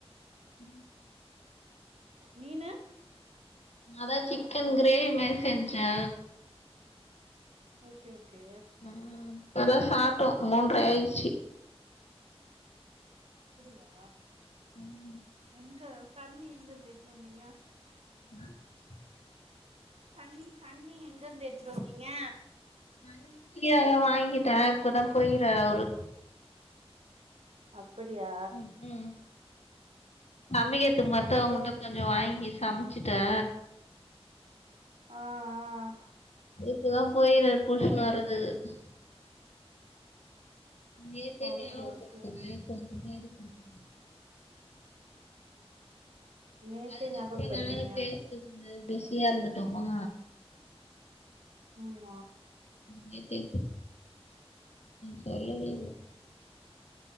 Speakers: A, on the left; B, on the right.
A: உம்
B: நீனு
A: அதா சிக்கன் கிரேவி மாரி செஞ்சே
B: ஓகே ஓகே
A: ம் இப்பதா சாப்பிட்டோ மூன்றரை ஆயிடுச்சு
B: அப்டியா
A: ம்
B: எங்க தண்ணி எங்க இருந்து எடுத்துட்டுவந்தீங்க
A: <inaudible>
B: தண்ணி தண்ணி எங்க இருந்து எடுத்துட்டுவந்திங்க
A: தண்ணிக்கு கிழ <unintelligible> வாங்கிட்டான் இப்பதான் போய்கிறாரு அவரு
B: அப்படியா
A: ம் ம் சமைக்கிறதுக்கு மட்டு
B: ஓகே
A: அவங்கிட்ட
B: ஓகே
A: கொஞ்ச வாங்கி சமைச்சுட்டே
B: ஆ ஆ
A: இப்பதான் போய்கிறரு புட்ச்சுனு
B: ஓகே
A: வரதுக்கு
B: ஓகே
A: நேத்தே
B: ஓகே
A: ஞாபகம்
B: ஓகே
A: படுத்தின கொஞ்ச <unintelligible>
B: நேத்தே
A: அதுக்கப்புறம்
B: ஞாபகப்படுத்துனியா
A: நானும் பேசுரதுல பிஸியா இருந்துட்டோமா
B: ம்
A: <inaudible> சொல்லவே இல்ல